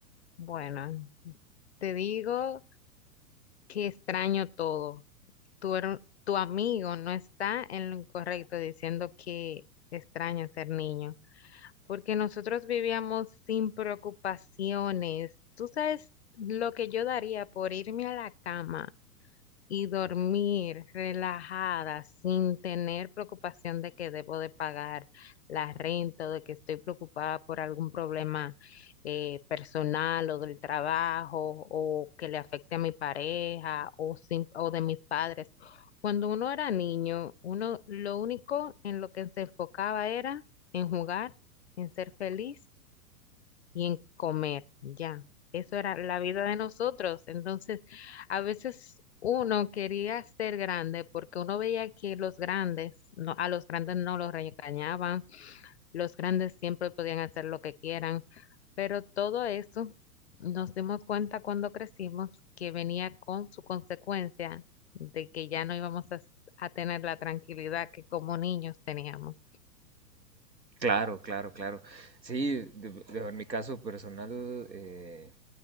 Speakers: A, on the left (about 45°); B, on the right (about 85°).
A: bueno, te digo que extraño todo. Tu, her- tu amigo no está en lo incorrecto diciendo que extraño ser niño, porque nosotros vivíamos sin preocupaciones. Tú sabes lo que yo daría por irme a la cama y dormir relajada sin tener preocupación de que debo de pagar la renta o de que estoy preocupada por algún problema eh, personal o del trabajo o que le afecte a mi pareja o, sim- o de mis padres. Cuando uno era niño, uno lo único en lo que se enfocaba era en jugar, en ser feliz y en comer, ya. Eso era la vida de nosotros. Entonces, a veces uno quería ser grande porque uno veía que los grandes, no, a los grandes no los regañaban, los grandes siempre podían hacer lo que quieran, pero todo eso nos dimos cuenta cuando crecimos que venía con su consecuencia de que ya no íbamos a, a tener la tranquilidad que como niños teníamos.
B: Claro, claro, claro. Sí, de- de- en mi caso personal, eh,